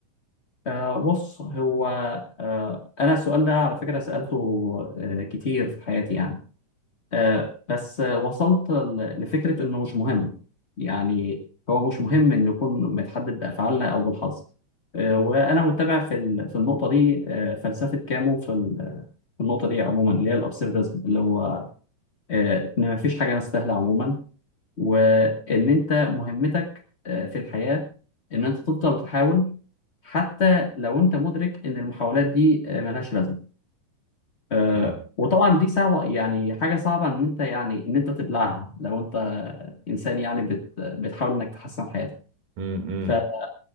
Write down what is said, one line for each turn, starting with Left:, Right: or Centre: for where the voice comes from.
Left: آه بص هو آه انا السؤال ده على فكره سالته آه كتير في حياتي يعني آه بس آه وصلت ل- لفكره انه مش مهم يعني هو مش مهم ان نكون متحدد بافعالنا او بالحظ آه وانا متبع في ال- في النقطه دي آه فلسفه كامو في ال- في النقطه دي عموما اللي هي الابسيرديزم اللي هو آه ان مفيش حاجه نستاهلها عموما وان انت مهمتك آه، في الحياة ان انت تفضل تحاول حتى لو انت مدرك ان المحاولات دي آه، ملهاش لازمة آه،
Right: مم.
Left: وطبعا دي صعبة يعني حاجة صعبة ان انت يعني ان انت تبلعها لو انت انسان يعني بت بتحاول انك تحسن حياتك
Right: مم. مم.
Left: فده